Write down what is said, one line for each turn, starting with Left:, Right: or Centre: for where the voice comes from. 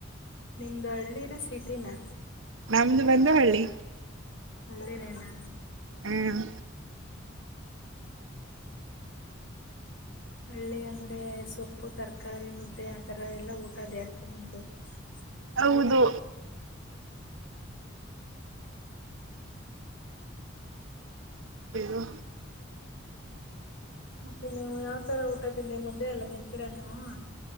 Left: ನಿಮ್ದ್ ಹಳ್ಳಿನ ಸಿಟಿನ.
Right: ನಮ್ದ ಬಂದು ಹಳ್ಳಿ.
Left: ಹಳ್ಳಿನೇನಾ.
Right: ಹ್ಮ್
Left: ಹಳ್ಳಿ ಅಂದ್ರೆ ಸೊಪ್ಪು ತರಕಾರಿ ಮುದ್ದೆ ಆತರ ಎಲ್ಲಾ ಊಟ <unintelligible> ದ್ಯಾಸ್ತ ನಿಂದು <unintelligible>
Right: ಹೌದು ಇದು
Left: ಮತ್ತೆ ನೀವು ಯಾವ್ ತರ ಊಟ ತಿಂಡಿ ಮುದ್ದೆ ಎಲ್ಲ ತಿಂತೀರ ನೀವು.